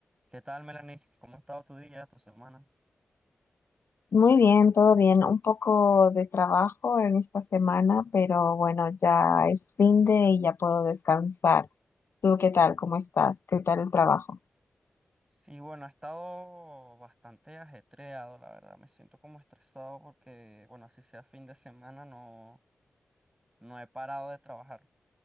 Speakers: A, on the right (about 20°); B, on the left (about 60°).
A: ¿Qué tal, Melanie? ¿Cómo ha estado tu día, tu semana?
B: Muy bien, todo bien. Un poco de trabajo en esta semana, pero bueno, ya es fin de y ya puedo descansar. ¿Tú qué tal? ¿Cómo estás? ¿Qué tal el trabajo?
A: Sí, bueno, ha estado bastante ajetreado, la verdad. Me siento como estresado porque, bueno, así sea fin de semana, no, no he parado de trabajar.